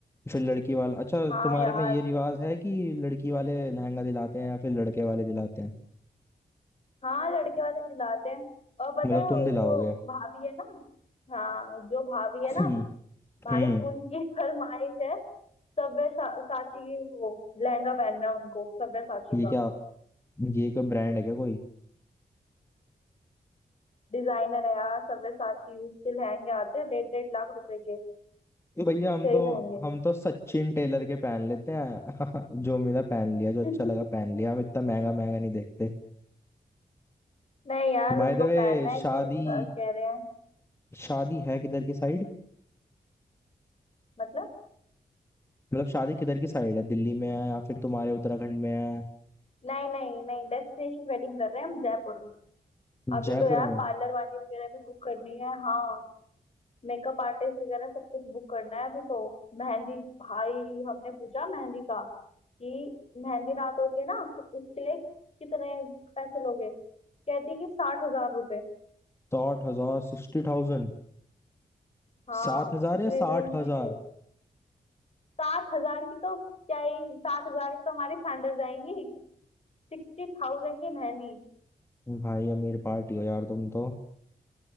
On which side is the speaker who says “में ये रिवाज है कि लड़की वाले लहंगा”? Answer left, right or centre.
Left